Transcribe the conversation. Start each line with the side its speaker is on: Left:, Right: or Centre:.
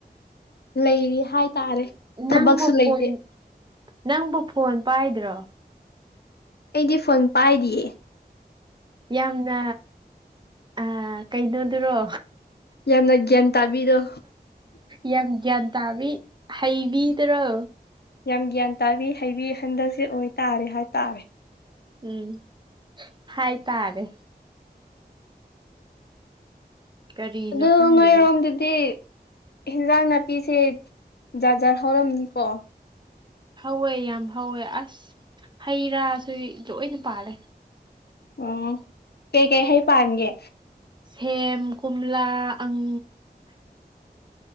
Left: ꯂꯩꯔꯤ ꯍꯥꯏꯇꯥꯔꯦ ꯊꯕꯛꯁꯨ
Right: ꯅꯪꯕꯨ
Left: ꯂꯩꯇꯦ
Right: ꯐꯣꯟ ꯅꯪꯕꯨ ꯐꯣꯟ ꯄꯥꯏꯗ꯭ꯔꯣ
Left: ꯑꯩꯗꯤ ꯐꯣꯟ ꯄꯥꯏꯔꯤꯌꯦ
Right: ꯌꯥꯝꯅ ꯑ ꯀꯩꯅꯣꯗꯨꯔꯣ
Left: ꯌꯥꯝꯅ ꯒ꯭ꯌꯥꯟ ꯇꯥꯕꯤꯗꯣ
Right: ꯌꯥꯝ ꯟ ꯇꯕꯤ ꯍꯩꯕꯤꯗꯔꯣ
Left: ꯌꯥꯝ ꯒ꯭ꯌꯥꯟ ꯇꯥꯕꯤ ꯍꯩꯕꯤ ꯍꯟꯗꯛꯁꯦ ꯑꯣꯏꯇꯥꯔꯦ ꯍꯥꯏꯇꯥꯔꯦ
Right: ꯎꯝ ꯍꯥꯏ ꯇꯥꯔꯦ ꯀꯔꯤꯅꯣ
Left: ꯑꯗꯨ
Right: ꯈꯪꯗꯦꯍꯦ
Left: ꯉꯣꯏꯔꯣꯝꯗꯗꯤ ꯏꯟꯖꯥꯡ ꯅꯥꯄꯤꯁꯦ ꯖꯥꯖꯔ ꯍꯧꯔꯝꯅꯤꯀꯣ
Right: ꯍꯧꯋꯦ ꯌꯥꯝ ꯍꯧꯋꯦ ꯑꯁ ꯍꯩ ꯔꯥꯁꯨ ꯂꯣꯏꯅ ꯄꯥꯜꯔꯦ
Left: ꯑꯣ ꯀꯩꯀꯩ ꯍꯩ ꯄꯥꯟꯒꯦ
Right: ꯁꯦꯝ ꯀꯝꯂ ꯑꯪ